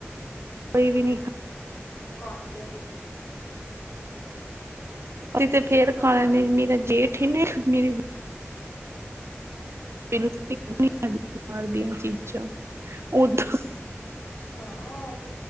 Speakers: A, on the right; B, on the left.
A: ਕੋਈ ਵੀ ਨੀ।
B: ਕੰਨ ਦੇ
A: ਅਸੀਂ ਤੇ ਫੇਰ
B: ਹਾਂਜੀ
A: ਖਾਣ ਨੇ ਮੇਰਾ ਜੇਠ ਹੀਨ ਮੇਰੇ ਬਾਹਰ ਦੀਆ ਚੀਜ਼ਾਂ ਓਧਾ
B: ਅੱਛਾ ਅ